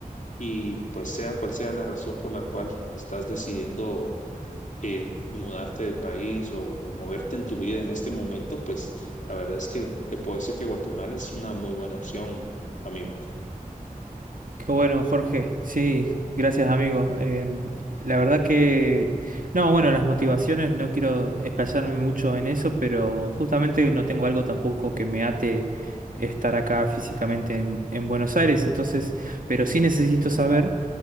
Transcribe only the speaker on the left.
y pues sea cual sea la razón por la cual estás decidiendo eh, mudarte del país o, o moverte en tu vida en este momento, pues la verdad es que te puedo decir que Guatemala es una muy buena opción, amigo.